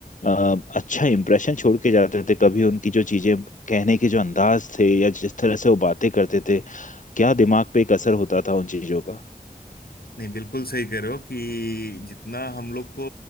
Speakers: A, on the left; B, on the left.
A: अ, अच्छा इम्प्रेशन छोड़ के जाते थे कभी उनकी जो चीजें कहने के जो अंदाज थे या जिस तरह से वो बातें करते थे क्या दिमाग पे एक असर होता था उन चीजों का
B: नहीं बिल्कुल सही कह रहे हो कि जितना हम लोग को